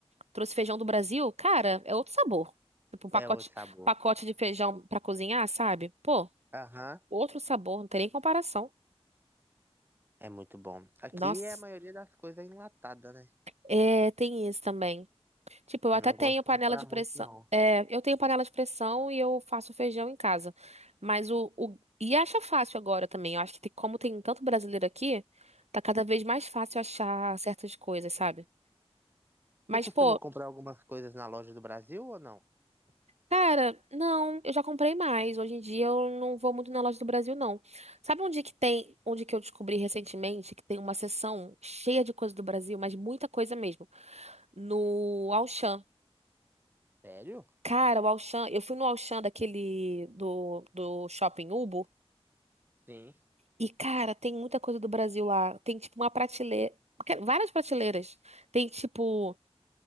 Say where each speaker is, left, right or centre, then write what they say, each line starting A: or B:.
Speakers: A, on the right (about 85°); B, on the right (about 20°).
A: trouxe feijão do Brasil, cara, é outro sabor. Tipo, um pacote,
B: É outro sabor.
A: pacote de feijão pra cozinhar, sabe? Pô,
B: Aham,
A: outro sabor, não tem nem comparação.
B: é muito bom. Aqui
A: Nossa,
B: é a maioria das coisas é enlatada, né?
A: é, tem isso também. Tipo, eu
B: Eu
A: até
B: não
A: tenho
B: gosto de
A: panela
B: comprar
A: de
B: muito,
A: pressão.
B: não.
A: É, eu tenho panela de pressão e eu faço feijão em casa. Mas o, o... E acha fácil agora também. Eu acho que tem- como tem tanto brasileiro aqui, tá cada vez mais fácil achar certas coisas, sabe? Mas,
B: Você costuma
A: pô,
B: comprar algumas coisas na loja do Brasil ou não?
A: cara, não, eu já comprei mais. Hoje em dia eu não vou muito na loja do Brasil, não. Sabe onde que tem, onde que eu descobri recentemente que tem uma seção cheia de coisa do Brasil, mas muita coisa mesmo? No Auchan.
B: Sério?
A: Cara, o Auchan, eu fui no Auchan daquele do, do Shopping Ubo
B: Sim.
A: e, cara, tem muita coisa do Brasil lá. Tem tipo uma prateleira, várias prateleiras. Tem tipo